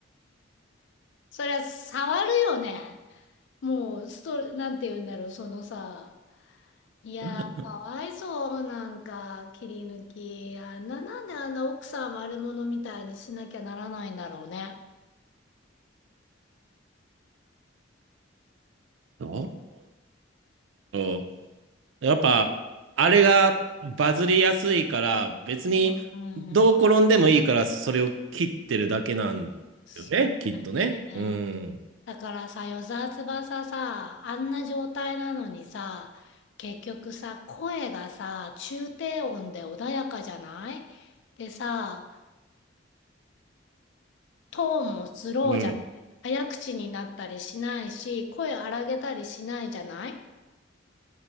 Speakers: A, on the left (about 65°); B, on the right (about 70°).
A: そりゃ触るよね。もう、スト、なんて言うんだろう、そのさ、いやー、
B: ど
A: かわいそう、なんか、切り抜き。あんな、なんであんな奥さん悪者みたいにしなきゃならないんだろうね。
B: うだろうやっぱ、あれがバズりやすいから、別にどう転んでもいいから、
A: うん。
B: それを切ってるだけなんだよね、
A: そうだね。
B: きっとね。うん。
A: だからさ、与沢翼さ、あんな状態なのにさ、結局さ、声がさ、中低音で穏やかじゃないでさ、トーンもスローじゃない早口になったりしないし、
B: うん。
A: 声荒げたりしないじゃない